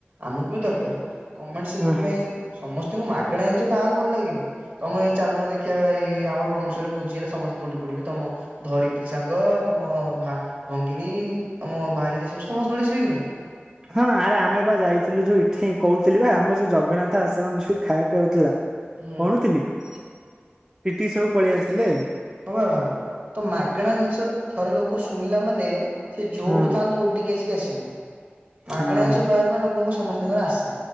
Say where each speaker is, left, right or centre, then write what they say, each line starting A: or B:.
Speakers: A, on the right; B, on the right.
A: ଆମକୁ ବି ଦରକାର। ଗଭ୍ମେଣ୍ଟ ସେଇଥିପାଇଁ
B: ହଁ ହଁ
A: ସମସ୍ତଙ୍କୁ ମାଗଣା ଇନିଷ କାହାକୁ ଭଲ ଲାଗେନି? ତମେ ଏଇ ଚାଲୁନ ଦେଖିବା, ଏଇ ଆମ ବ୍ରମେଶ୍ୱରରେ ଭୁଜି ହେଲେ ସମସ୍ତେ ଦୌଡି ପଡିବେ। ତମ ଧରିତ୍ରୀ ସାଙ୍ଗ ତମ ଭା ଭଙ୍ଗିନୀ, ତମ ଭାରିଜା ସବୁ ସମସ୍ତେ ଦୗଡି ଆସିବେ କି ନାହିଁ?
B: ହଁ, ଆରେ ଆମେ ବା ଯାଇଥିଲୁ ଯୋଉ ଇଠେଇଁ କହୁଥିଲି ବା ଆମର ଯୋଉ ଜଗନ୍ନାଥ ଆଶ୍ରମ ଯୋଉ ଖାଇବା ପିଆ ହଉଥିଲା।
A: ହୁଁ
B: କହୁଣଥିଲି ଇଠିକି ସବୁ ପଳେଇ ଆସିଲେ।
A: ହଁ ବା, ଭାବ! ତ ମାଗଣା ଜିନିଷ ଥରେ ଲୋକ ଶୁଣିଲା, ମାନେ ସେ ଯୋଉଠୁ
B: ହଁ
A: ଥାଆନ୍ତୁ, ଦୋଡ଼ିକି ଆସିକି ଆସିବେ। ମାଗଣା
B: ହଁ
A: ଇଂଶ ପାଇବା ପାଇଁ ଲୋକଙ୍କ ସମସ୍ତଙ୍କର ଆଶା।